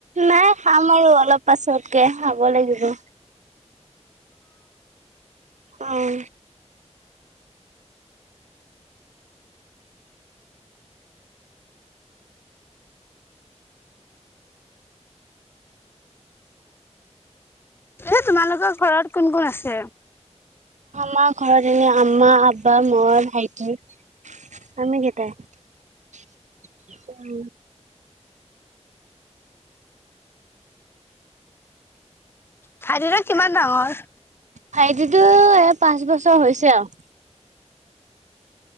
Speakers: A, on the right; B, on the left.
A: নাই খাম আৰু অলপ পাছতকে খাব লাগিব। আহ।
B: এ তোমালোকৰ ঘৰত কোন কোন আছে।
A: আমাৰ ঘৰত এনে আমা আবা মই ভাইটি। আমিকেতাই
B: ভাইতিটো কিমান ডাঙৰ
A: ভাইটি এ পাঁচ বছৰ হৈছে আৰু।